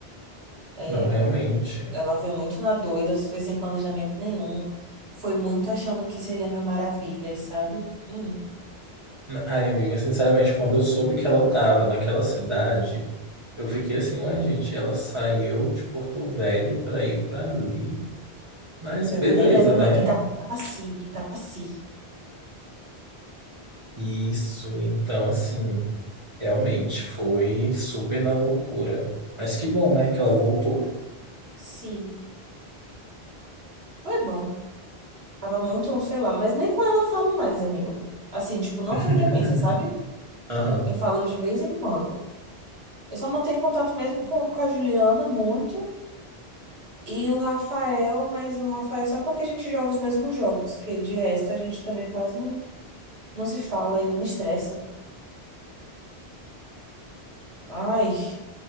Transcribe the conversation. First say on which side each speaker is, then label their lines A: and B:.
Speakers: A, on the right; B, on the right.
A: É,
B: Não, realmente.
A: ela foi muito na doida, foi sem planejamento nenhum, foi muito achando que seria mil maravilhas, sabe? Hum,
B: Na- Ai, amiga, sinceramente, quando eu soube que ela tava naquela cidade, eu fiquei assim, ué, gente, ela saiu de Porto Velho pra ir pra ali. Mas
A: pior
B: beleza,
A: que eu nem lembro,
B: né?
A: não. Itapaci, Itapaci.
B: Isso, então, assim, realmente foi super na loucura. Mas que bom, né, que ela voltou.
A: Sim, foi bom. Tava muito, sei lá, mas nem com ela eu falo mais, amigo. Assim, tipo, não
B: <laughs>
A: com frequência, sabe?
B: Aham.
A: Eu falo de vez em quando. Eu só mantenho contato mesmo com, com a Juliana muito. E o Rafael, mas o Rafael é só porque a gente joga os mesmos jogos, que de resto a gente também quase não, não se fala, ele me estressa. Ai,